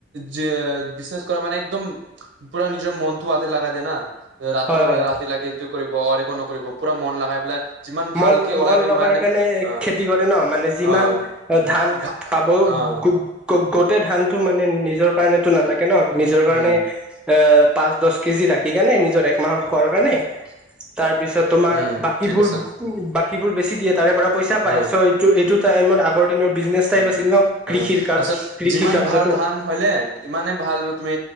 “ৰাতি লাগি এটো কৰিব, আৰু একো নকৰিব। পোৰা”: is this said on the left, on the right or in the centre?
Right